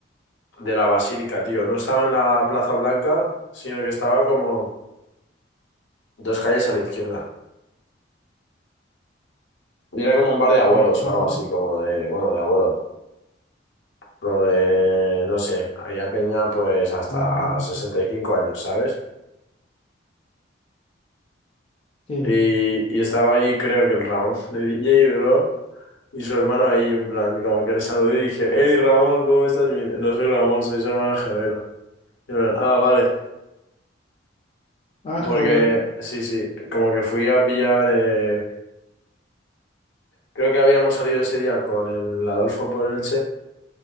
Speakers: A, on the left (about 75°); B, on the left (about 30°).
A: de la Basílica, tío. No estaba en la Plaza Blanca, sino que estaba como dos calles a la izquierda. Y era como un bar de abuelos
B: ajá,
A: o algo así, como de, bueno, de abuelos. Lo de, no sé, había peña pues hasta
B: ujú,
A: 65 años, ¿sabes?
B: sí.
A: Y, y estaba ahí, creo que el Ramón de DJ, bro, y su hermano ahí, en plan, como que le saludé y dije, hey Ramón, ¿cómo estás? Y me dice, No soy Ramón, soy su hermano gemelo. Y en plan, ah, vale,
B: Ah, joder,
A: porque sí, sí, como que fui a pillar, eh, creo que habíamos salido ese día con el Adolfo por Elche,